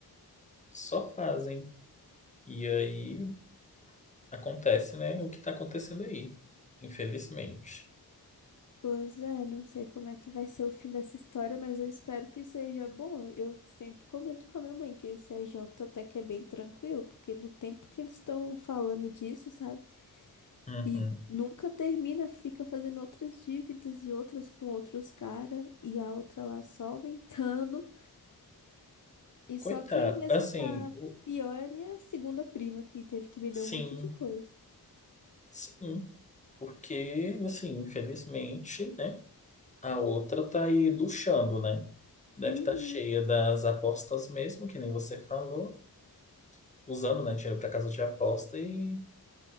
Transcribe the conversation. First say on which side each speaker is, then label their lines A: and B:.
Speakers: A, on the left; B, on the left.
A: Só fazem. E aí acontece, né, o que tá acontecendo aí, infelizmente.
B: Pois é, não sei como é que vai ser o fim dessa história, mas eu espero que seja bom. Eu sempre comento com a minha mãe que esse AJ até que é bem tranquilo, porque do tempo que eles estão falando disso, sabe?
A: Uhum.
B: E nunca termina, fica fazendo outras dívidas e outras com outros caras, e a outra lá só aumentando. E
A: Coitado,
B: só quem mesmo
A: assim,
B: tá
A: o-
B: pior é minha segunda prima, que teve que vender
A: sim.
B: um monte de coisa.
A: Sim, porque, assim, infelizmente, né? A outra tá aí luxando, né? Deve
B: Uhum.
A: estar cheia das apostas mesmo, que nem você falou, usando, né, dinheiro para casa de aposta e.